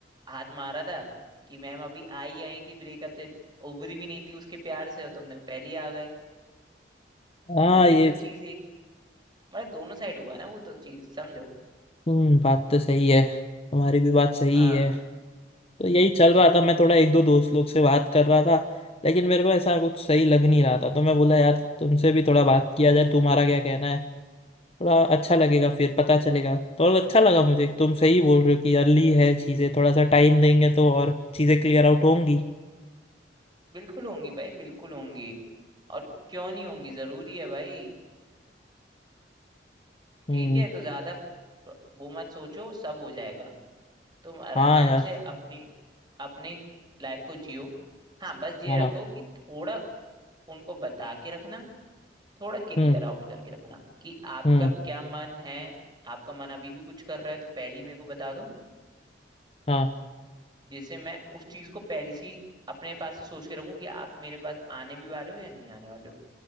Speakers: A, on the right; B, on the left.
A: हाथ मारा था कि मैम अभी आई आई थी ब्रेकअप से उभरी भी नहीं थी उसके प्यार से और तुमने पहले ही आ गए तो
B: हाँ
A: वो भी
B: ये
A: तो चीज एक मतलब दोनों साइड हुआ ना वो तो चीज समझो
B: हम्म बात तो सही है तुम्हारी भी बात सही
A: हाँ
B: है तो यही चल रहा था मैं थोड़ा एक दो दोस्त लोग से बात कर रहा था लेकिन मेरे को ऐसा कुछ सही लग नहीं रहा था तो मैं बोला यार तुमसे भी थोड़ा बात किया जाए तुम्हारा क्या कहना है थोड़ा अच्छा लगेगा फिर पता चलेगा तो और अच्छा लगा मुझे तुम सही बोल रहे हो कि अर्ली है चीज़ें थोड़ा सा टाइम देंगे तो और चीज़ें क्लियर आउट होंगी
A: बिल्कुल होंगी भाई बिल्कुल होंगी और क्यों नहीं होंगी जरूरी है भाई
B: हम्म
A: ठीक है तो ज्यादा वो मत सोचो सब हो जाएगा तुम आराम
B: हाँ यार
A: से अपनी अपनी लाइफ को जियो हाँ बस ये
B: हाँ हाँ
A: रखो कि थोड़ा उनको बता के रखना थोड़ा क्लियर
B: हम्म
A: आउट करके रखना कि आपका
B: हम्म
A: क्या मन है आपका मन अभी भी कुछ कर रहा है तो पहले ही मेरे को बता दो
B: हाँ
A: जिससे मैं उस चीज को पहले से ही अपने पास से सोच के रखूं कि आप मेरे पास आने भी वाले हो या नहीं आने वाले हो